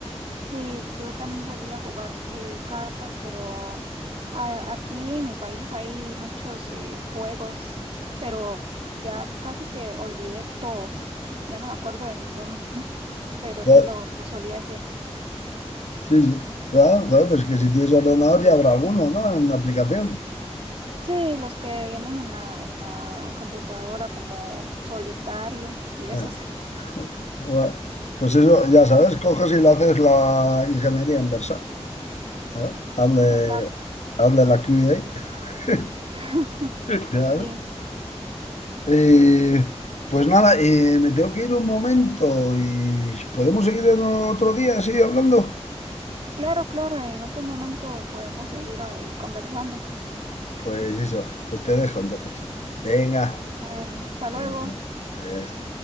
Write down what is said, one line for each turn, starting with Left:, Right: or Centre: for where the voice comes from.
Right: Sí, yo también solía jugar eh, cartas, pero a- aquí en mi país hay muchos eh, juegos, pero ya casi que olvidé todos, ya no me acuerdo de ninguno, <laughs> pero
Left: Joder,
Right: sí los, los solía hacer.
Left: Sí, sí. Claro, joder, pues que si tienes ordenador ya habrá alguno, ¿no? En la aplicación.
Right: Sí, los que vienen en la, en la computadora como solitario y eso
Left: Eh,
Right: sí,
Left: bueno, Pues eso, ya sabes, coges y le haces la ingeniería inversa. Claro, Hazle,
Right: exacto.
Left: hazle la QA. <laughs>
Right: <laughs>
Left: Claro.
Right: Sí,
Left: Eh, pues nada, eh, me tengo que ir un momento y podemos seguir en otro día así hablando.
Right: claro, claro, en otro momento podemos seguir eh, conversando.
Left: Pues eso, pues te dejo entonces. Venga.
Right: Bueno, hasta luego.
Left: Adiós. Adiós.